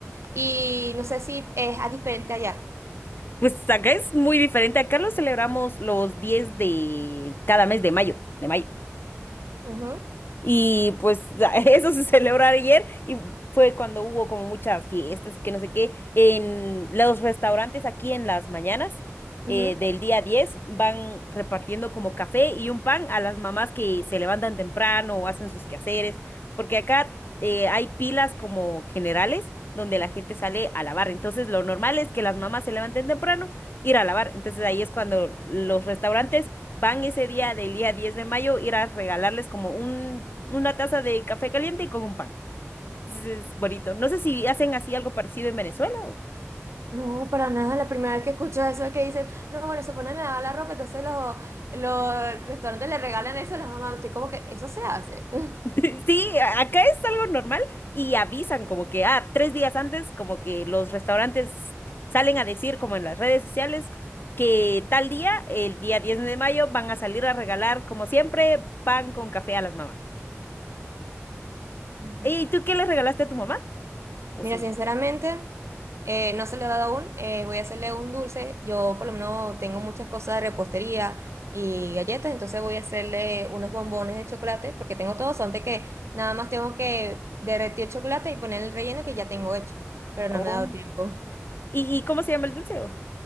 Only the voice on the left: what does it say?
Pues acá es muy diferente. Acá lo celebramos los 10 de cada mes de mayo, de mayo.
Y pues <laughs> eso se celebró ayer y fue cuando hubo como muchas fiestas y que no sé qué. En los restaurantes aquí en las mañanas eh,
del día 10 van repartiendo como café y un pan a las mamás que se levantan temprano o hacen sus quehaceres Porque acá eh, hay pilas como generales donde la gente sale a lavar. Entonces lo normal es que las mamás se levanten temprano, ir a lavar. Entonces ahí es cuando los restaurantes van ese día del día 10 de mayo, ir a regalarles como un, una taza de café caliente y con un pan. Entonces es bonito. No sé si hacen así algo parecido en Venezuela.
<laughs> Sí, acá es algo normal y avisan como que, ah, tres días antes, como que los restaurantes salen a decir como en las redes sociales que tal día, el día 10 de mayo, van a salir a regalar, como siempre, pan con café a las mamás.
¿Y tú qué le regalaste a tu mamá? ¿O
sí?
Oh.
¿Y, y cómo se llama el dulce? o?